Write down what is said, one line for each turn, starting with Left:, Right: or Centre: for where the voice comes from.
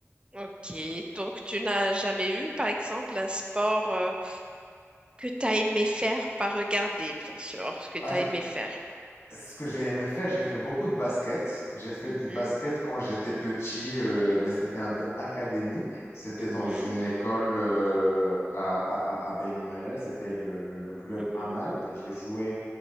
Right: Ok, donc tu n'as jamais eu, par exemple, un sport euh, que tu as aimé faire, pas regarder, bien sûr, ce que
Left: Bah,
Right: tu as aimé faire.
Left: Ce que j'ai aimé faire, j'ai fait beaucoup de basket. J'ai fait
Right: Mhm.
Left: du basket quand j'étais petit, euh, mais c'était un peu académique. C'était
Right: Mhm,
Left: dans une école euh, à, à, à à Beni Mellal. c'était le, le, le club
Right: mhm.
Left: Amal, et j'ai joué